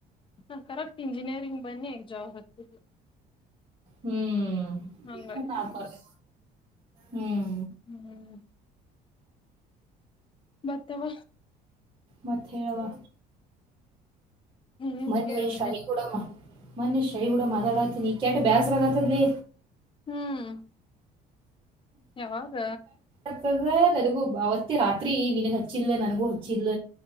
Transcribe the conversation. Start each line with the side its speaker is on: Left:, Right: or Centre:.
Left: ಹಾ ಕರೆಕ್ಟ್ ಇಂಜಿನಿಯರಿಂಗ್ ಬನ್ನಿ ಜಾಬ್ ಆತದ
Right: ಹ್ಮ್
Left: ಹಂಗಾಯ್ತ್
Right: ಇನ್ನೂ ನಾಲ್ಕ
Left: ನಮ್ದ
Right: ವರ್ಷ ಹ್ಮ್
Left: ಹ್ಮ್ ಮತ್ತೇವ
Right: ಮತ್ತ ಹೇಳವ್ವ
Left: ಹ್ಮ್
Right: ಮೊನ್ನೆ
Left: ಹೇಳ ನೀನ
Right: ಶಾವಿ ಕೂಡ ಮೊನ್ನೇ ಶ್ಯಾವಿ ಕೂಡ ಮಾತಾಡಾತೀನಿ ಕೆಟ್ಟ ಬ್ಯಾಸರಾಗಕಂತಂತಲೆ
Left: ಹ್ಮ್ ಯಾವಾಗ
Right: ಆತದ ನನಗೂ ಅವತ್ತೆ ರಾತ್ರಿ ನಿನಗ್ ಹಚ್ಚಿಲ್ಲಲ ನನ್ಗೂ ಹಚ್ಚಿಲ್ಲ